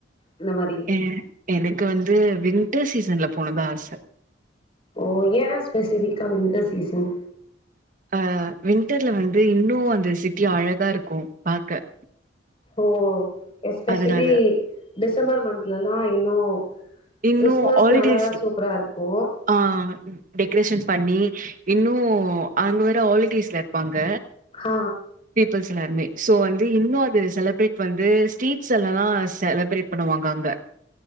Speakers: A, on the left; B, on the right.
A: இந்த மாரி
B: அ எனக்கு வந்து வின்டர் சீசன்ல போனுதா ஆச
A: ஓ ஏ ஸ்பெசிபிக்கா வின்டர் சீசன்
B: ஆ வின்டர்ல வந்து இன்னு அந்த சிட்டி அழகா இருக்கு பாக்க
A: ஓ எஸ்பெஷலி
B: அதனால
A: டிசம்பர் மாந்துலல்லா இன்னு
B: இன்னு
A: கிறிஸ்மஸ்னாலா
B: ஹாலிடேஸ்ல
A: சூப்பரா இருக்கும்
B: ஆ டெக்கரேஷன் பண்ணி இன்னு அங்க வேற ஹாலிடேஸ்ல இருப்பாங்க
A: ஆ
B: பீப்பிள்ஸ் எல்லாருமே சோ வந்து இன்னு அது செலிப்ரேட் வந்து ஸ்ட்ரீட்ஸ்ல எல்லா செலப்ரேட் பண்ணுவாங்க அங்க